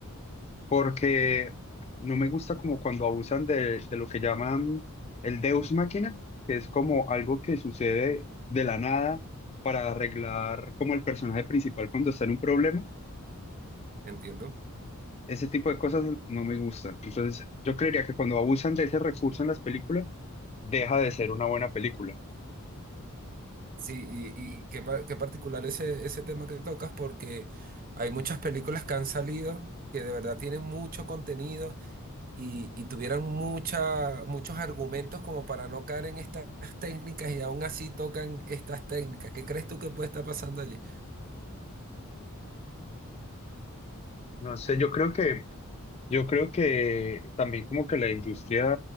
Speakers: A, on the left; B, on the right.
A: porque no me gusta como cuando abusan de, de lo que llaman el Deus máquina, que es como algo que sucede de la nada para arreglar como el personaje principal cuando está en un problema.
B: Entiendo.
A: Ese tipo de cosas no me gustan. Entonces, yo creería que cuando abusan de ese recurso en las películas, deja de ser una buena película.
B: Sí, y, y qué, pa- qué particular ese, ese tema que tocas, porque hay muchas películas que han salido que de verdad tienen mucho contenido y, y tuvieran mucha, muchos argumentos como para no caer en estas técnicas y aún así tocan estas técnicas. ¿Qué crees tú que puede estar pasando allí?
A: No sé, yo creo que, yo creo que también como que la industria